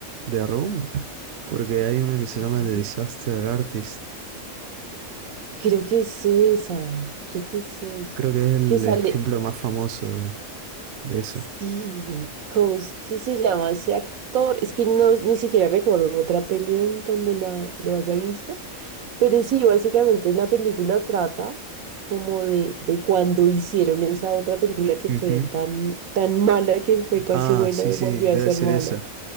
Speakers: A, on the right; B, on the right.
A: The Room? Porque hay una que se
B: Yo
A: llama
B: creo
A: The
B: que
A: Disaster
B: es,
A: Artist.
B: creo que es esa, creo que es esa.
A: Creo que es el
B: Que sale,
A: ejemplo más famoso de, de eso.
B: sí, ¿cómo es que se llama ese actor? Es que no, ni siquiera recuerdo otra peli en donde la, lo haya visto. Pero sí, básicamente la película trata como de, de cuando hicieron esa otra película que
A: Ujú.
B: fue tan, tan mala que fue casi
A: Ah,
B: buena
A: sí,
B: y
A: sí,
B: volvió
A: sí, debe
B: a ser
A: ser
B: mala.
A: esa,